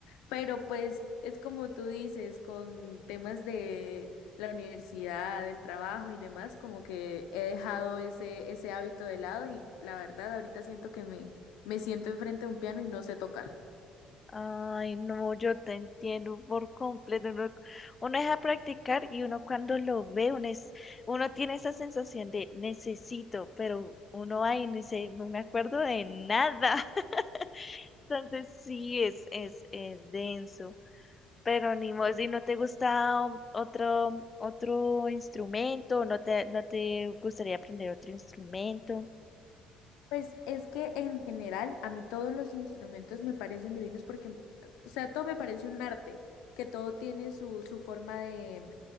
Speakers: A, on the left (about 80°); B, on the left (about 30°).
A: pero pues es como tú dices, con temas de la universidad, del trabajo y demás, como que he dejado ese, ese hábito de lado y la verdad ahorita siento que me, me siento enfrente de un piano y no sé tocar.
B: Ay, no, yo te entiendo por completo. Uno, uno deja practicar y uno cuando lo ve, uno, es, uno tiene esa sensación de necesito, pero uno ahí no dice, no me acuerdo de nada. <laughs> Entonces sí es, es, es denso. Pero ni modo, si no te gusta um, otro, um, otro instrumento, no te, no te gustaría aprender otro instrumento.
A: Pues es que en general a mí todos los instrumentos me parecen divinos porque, o sea, todo me parece un arte, que todo tiene su, su forma de,